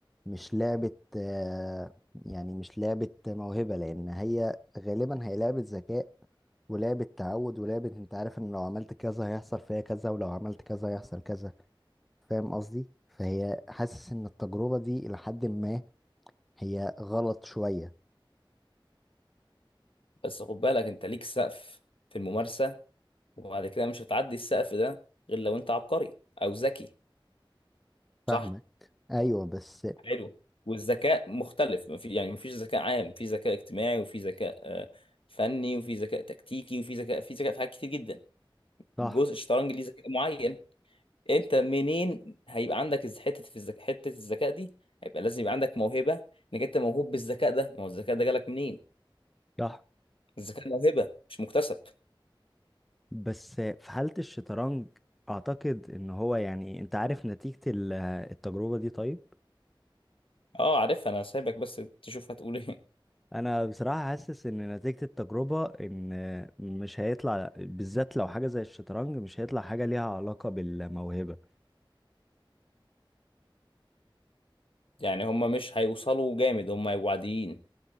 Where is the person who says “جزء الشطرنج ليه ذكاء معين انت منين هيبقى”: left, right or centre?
Left